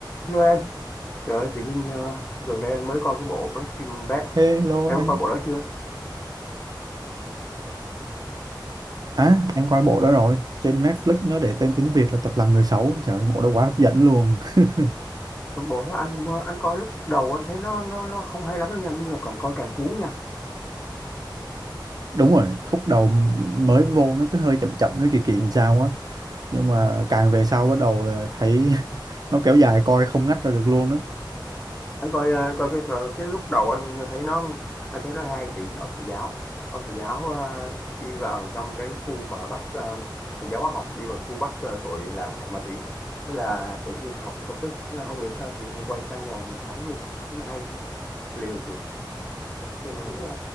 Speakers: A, on the left (about 20°); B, on the right (about 55°).
A: Hello em, trời ơi, tự nhiên ờ, gần đây anh mới coi cái bộ Breaking Bad.
B: Hello
A: Em
B: anh.
A: có coi bộ đó chưa?
B: À, em coi bộ đó rồi. Trên Netflix nó để tên tiếng Việt là Tập làm người xấu. Trời ơi, bộ đó quá hấp dẫn luôn. <laughs>
A: Cái Bộ đó anh anh coi lúc đầu anh thấy nó nó nó không hay lắm đâu nha, nhưng mà càng coi càng cuốn nha.
B: Đúng rồi, khúc đầu mới vô nó cứ hơi chậm chậm, nó kỳ kỳ làm sao á. Nhưng mà càng về sau bắt đầu là thấy <laughs> nó kéo dài coi không ngắt ra được luôn á.
A: Anh coi ờ, anh coi cái phần- cái lúc đầu anh thấy nó anh thấy nó hay thì nó ông thầy giáo, ông thầy giáo ờ, đi vào trong cái khu mà bắt ờ, thầy giáo hóa học đi vào khu bắt ờ, tội làm ma túy. Thế là tự nhiên học được công thức, thế là không hiểu sao thì lại quay sang làm bán luôn. Thế mà hay, liều thiệt. nhưng mà đúng là